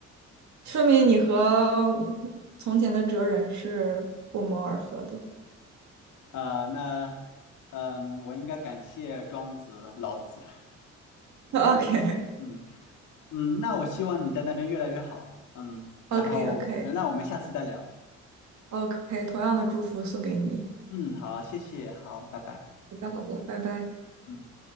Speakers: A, on the right; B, on the left.
A: 说明你和从前的哲人是不谋而合的。
B: 啊、那嗯，我应该感谢庄子、老子。
A: <laughs> OK
B: 嗯嗯，那我希望你在那边越来越好。嗯，然后那我们下次再聊。
A: OK OK。OK，同样的祝福送给你。
B: 嗯，好，谢谢，好，拜拜。
A: 好的，好的，拜拜。
B: 嗯。